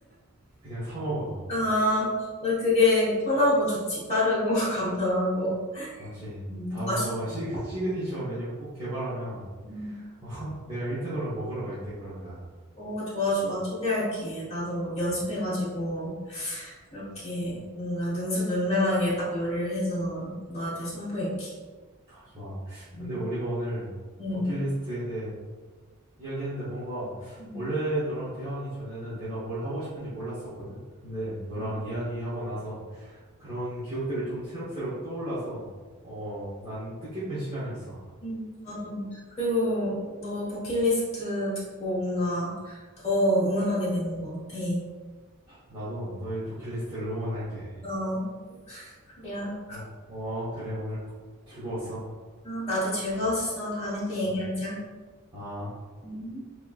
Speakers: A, on the right; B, on the left.
A: 그냥 사 먹어.
B: 아, 나 그게 편하고 좋지. 빠르고 <laughs> 간편하고.
A: 맞지?
B: 음,
A: 다음에
B: 맛이.
A: 너가 시, 시그니처 메뉴 꼭 개발하면
B: 음,
A: 어? <laughs> 내가 1등으로 먹으러 갈게, 그러면.
B: 어, 좋아, 좋아. 초대할게. 나도 연습해가지고 그렇게 뭔가 능수능란하게 딱 요리를 해서 너한테 선보일게.
A: 아, 좋아.
B: 응.
A: 근데 우리가 오늘
B: 응.
A: 버킷리스트에 대해 이야기했는데 뭔가
B: 음.
A: 원래 너랑 대화하기 전에는 내가 뭘 하고 싶은지 몰랐었거든. 근데 너랑
B: 음.
A: 이야기하고 나서 그런 기억들이 좀 새록새록 떠올라서 어, 난 뜻깊은 시간이었어.
B: 음, 나도. 그리고 너 버킷리스트 듣고 뭔가 더 응원하게 되는 것 같아.
A: 나도 너의 버킷리스트를 응원할게.
B: 어, 그래. 아,
A: 어, 어, 그래. 오늘 즐거웠어.
B: 나도 즐거웠어. 다음에 또 얘기하자.
A: 아. 아.
B: 음.